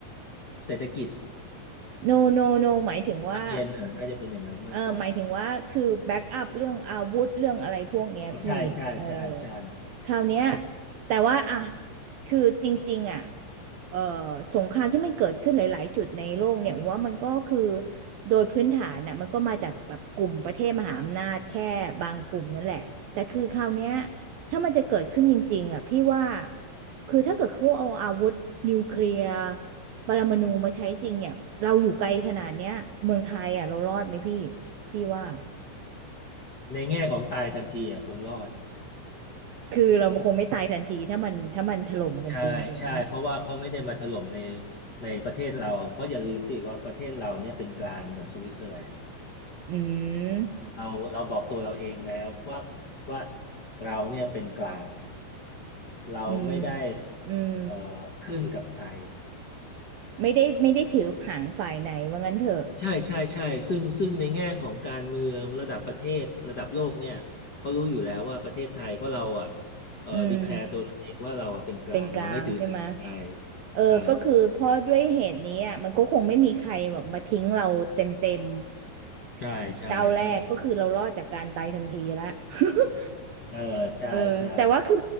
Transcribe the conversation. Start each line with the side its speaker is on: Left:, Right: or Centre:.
Left: เศรษฐกิจ
Right: no no no หมายถึงว่า
Left: นำเย็นอ่ะน่าจะเป็นอย่างนั้นมากกว่า
Right: เออหมายถึงว่าคือแบ็กอัพเรื่องอาวุธเรื่องอะไรพวกเนี้ยพี่เออ
Left: อ๋อใช่ใช่ใช่ใช่
Right: คราวเนี้ยแต่ว่าอ่ะคือจริงๆอ่ะเออสงครามที่มันเกิดขึ้นหลายๆจุดในโลกเนี่ยผมว่ามันก็คือโดยพื้นฐานน่ะมันก็มาจากแบบกลุ่มประเทศมหาอำนาจแค่บางกลุ่มนั่นแหละแต่คือคราวเนี้ยถ้ามันจะเกิดขึ้นจริงๆอ่ะพี่ว่าคือถ้าเกิดเขาเอาอาวุธนิวเคลียร์ปรมาณูมาใช้จริงเนี่ยเราอยู่ไกลขนาดเนี้ยเมืองไทยอ่ะเรารอดไหมพี่ พี่ว่า
Left: ในแง่ของตายทันทีอ่ะคงรอด
Right: คือเราคงไม่ตายทันทีถ้ามันถ้ามันถล่มกันจริงถูกไหม
Left: ใช่ใช่เพราะว่าเขาไม่ได้มาถล่มในในประเทศเราเพราะอย่าลืมสิว่าประเทศเราเนี่ยเป็นกลางเหมือนสวิตเซอร์แลนด์
Right: อืม
Left: เราเราบอกตัวเราเองแล้วว่าว่าเราเนี่ยเป็นกลางเราไม่ได้
Right: อืมอืม
Left: เอ่อขึ้นกับใคร
Right: ไม่ได้ไม่ได้ถือหางฝ่ายไหนว่างั้นเถอะ
Left: ใช่ใช่ใช่ซึ่งซึ่งในแง่ของการเมืองระดับประเทศระดับโลกเนี่ยเขารู้อยู่แล้วว่าประเทศไทยเพราะเราอ่ะเอ่อดีแคลร์ตัวเราเองว่าเราอ่ะเป็นกลางเราไม่ถือหางใคร
Right: อืมเป็นกลางใช่ไหมเออก็คือเพราะด้วยเหตุนี้อ่ะมันก็คงไม่มีใครแบบมาทิ้งเราเต็มเต็ม
Left: ใช่ใช่ใช่ใช่
Right: เจ้าแรกก็คือเรารอดจากการตายทันทีละ <laughs>
Left: เออใช่ใช่
Right: เออแต่ว่าคือ